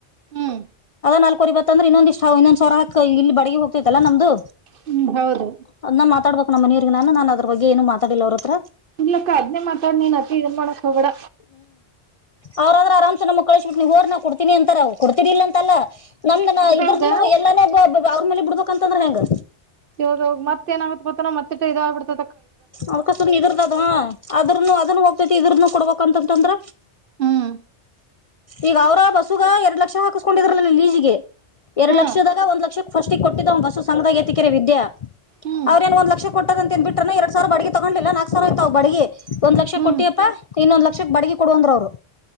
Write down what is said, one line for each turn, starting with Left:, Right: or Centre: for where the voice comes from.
Right: ಹ್ಮ್
Left: ನಾಲ್ಕವರಿ ಬತ್ತಂದ್ರೆ ಇನ್ನೊಂದ ಇಷ್ಟ ಇೊಂದ್ವರ ಹಾಕ್ ಇಲ್ಲಿ ಬಿ ಹೋಗ್ತಿತಲ್ಲ ನಮ್ದು
Right: ಹ್ಮ್ ಹೌದು
Left: ಅದ ನಾ ಮಾತಾಡ್ಬೇಕಕ್ ನಮ್ಮ ನೀರ್ಗ ನಾನು ನಾನು ಅದ್ರ ಬಗ್ಗೆ ಏನು ಮಾತಾಡಿಲ್ಲ ಅವ್ರ ಹತ್ರ
Right: ಇಗ್ಲಕ್ಕ ಅದ್ನೇ ಮಾತಾಡ್ ನೀನ್ತ್ತ ಇದ ಮಾಡಕ್ ಹೋಗೇಡ
Left: ಅವ್ರ್ರ ಆರಾಮ್ಸ ನಮಗ್ ಕಳಳಬಟ್ಟ ನೀವುರ್ನ ಕೊಡ್ತೀನಿ ಅಂತಾರ ಕೊಡ್ತೀನಿಲ್ಲ ಅಂತಲ್ಲ ನಮ್ದ
Right: ಅದ್ರೊಳಗ
Left: ಇದ್ರ ಎಲ್ಲಾನ ಅವ್ರ ಮೇಲೆ ಬಿಡ್ಬೇಕಕ್ಂತಂದ್ರ ಹೆಂಗ
Right: ಯಾವ ಮತ್ತ ಏನಾಗುತ್ತ ಮತ್ತ ಮತ್ತಟ್ಟ ಇದ ಬಿಡ್ತ
Left: ಅವಕಸ ಇದ್ರದ ಅದ ಅದ್ರನು ಅದನ್ನು ಹೋಗ್ತೇತಿ ಇದ್ರನು ಕೊಡ್ಬೇಕಂತಂತಂದ್ರ
Right: ಹ್ಮ್
Left: ಈಗ ಅವ್ರ ಬಸುಗ ಎರಡ್ ಲಕ್ಷ ಹಾಕಸ್ಕೊಂಡಿದ್ರಲ ಲೀಜಿಗೆ ಎರಡ್
Right: ಹ್ಮ್
Left: ಲಕ್ಷದಾಗ ಒಂದ್ ಲಕ್ಷ ಫಸ್ಟಿಗೆ ಕೊಟ್ಟಿದ್ದ ಒ ಹೊಸು ಸಂಘದ ತಿಕೆರೆ ವಿದ್ಯ
Right: ಹ್ಮ್
Left: ಅವ್ರೇಏನ್ ಒಂದ್ ಲಕ್ಷ ಕೊಟ್ಟ ಅಂತ ತಿನ್ ಬಿರೆ ಎರಡಸಾವಿರ ಬಿಡಿಗಿ ತಗೊಂಡಲ್ಲ ನಾಕವರಯತ ಬಡಿಗೆ ಒಂದ್ ಲಕ್ಷ
Right: ಹ್ಮ್
Left: ಕೊಟ್ಟಿಯಪ್ಪ ಇನ್ನೊಂದ್ ಲಕ್ಷ ಬಡಗಿ ಕೊಡುವಂದ್ರ ಅವ್ರು